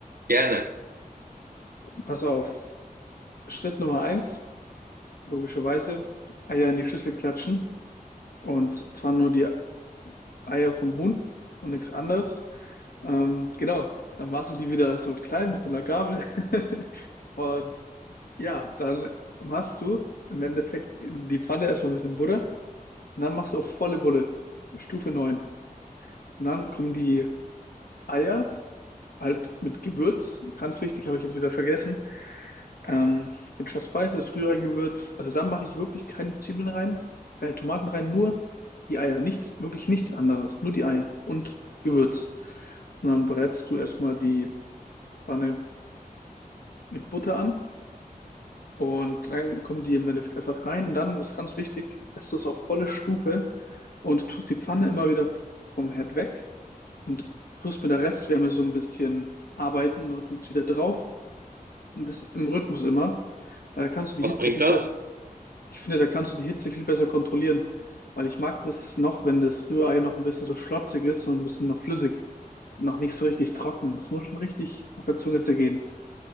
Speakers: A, on the right (about 75°); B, on the left (about 80°).
A: gerne.
B: Pass auf. Schritt Nummer eins, logischerweise, Eier in die Schüssel klatschen. Und zwar nur die Eier vom Huhn und nichts anderes. Ähm, genau, dann machst du die wieder so klein mit so einer Gabel. <laughs> Und ja, dann machst du im Endeffekt in die Pfanne erstmal ein bisschen Butter. Und dann machst du auf volle Bulle, Stufe neun Und dann kommen die Eier halt mit Gewürz. Ganz wichtig, habe ich jetzt wieder vergessen. Ähm, von Just Spice ist Rührei-Gewürz. Also da mache ich wirklich keine Zwiebeln rein, keine Tomaten rein, nur die Eier. Nichts, wirklich nichts anderes. Nur die Eier und Gewürz. Und dann brätst du erstmal die Pfanne mit Butter an. Und dann kommen die im Endeffekt einfach rein. Und dann ist ganz wichtig, dass du es auf volle Stufe und tust die Pfanne immer wieder vom Herd weg und tust mit der Restwärme so ein bisschen arbeiten. Und dann kommt es wieder drauf. Und das im Rhythmus immer, weil da kannst du die
A: Was
B: Hitze
A: bringt
B: viel
A: das?
B: besser, Ich finde, da kannst du die Hitze viel besser kontrollieren, weil ich mag das noch, wenn das Rührei noch ein bisschen so schlotzig ist und ein bisschen noch flüssig und noch nicht so richtig trocken. Das muss schon richtig auf der Zunge zergehen.